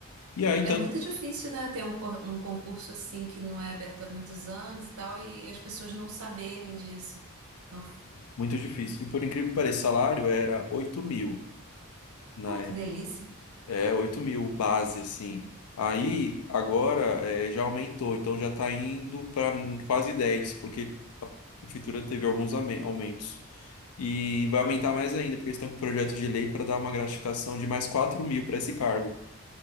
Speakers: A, on the left (about 85°); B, on the right (about 80°).
A: E aí,
B: É
A: tanto,
B: muito difícil, né, ter um, cor- um concurso assim que não é aberto há muitos anos e tal, e as pessoas não saberem disso. Então,
A: muito difícil. E por incrível que pareça, o salário era 8 mil na
B: pô,
A: época.
B: que delícia.
A: É, 8 mil base, assim. Aí, agora, é, já aumentou, então já está indo para quase 10 porque a prefeitura teve alguns ame- aumentos. E vai aumentar mais ainda, porque eles estão com um projeto de lei para dar uma gratificação de mais 4 mil para esse cargo.